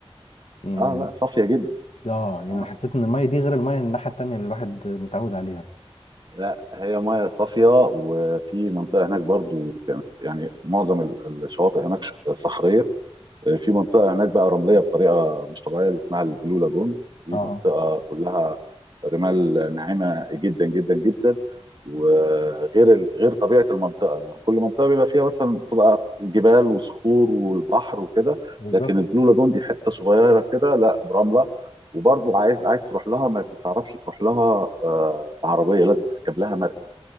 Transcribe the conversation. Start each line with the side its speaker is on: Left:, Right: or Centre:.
Left: يعني
Right: اه
Left: ال...
Right: لا صافيه جدا
Left: اه يعني
Right: اه
Left: انا حسيت ان الميه دي غير الميه الناحيه التانيه اللي الواحد متعود عليها
Right: لا هي ميه صافيه وفي منطقه هناك برضو كانت يعني معظم ال- الشواطئ هناك ش- صخريه في منطقه هناك بقى رمليه بطريقه مش طبيعيه اللي اسمها البلو لاجون دي
Left: اه
Right: منطقه كلها رمال ناعمه جدا جدا جدا وغير ال- غير طبيعه المنطقه يعني كل منطقه بيبقى فيها مثلا تبقى جبال وصخور والبحر وكده
Left: بالظبط
Right: لكن البلو لاجون دي حته صغيره كده لا رمله وبرضه عايز عايز تروح لها ما بتعرفش تروح لها آه، بعربيه لازم تركب لها مركب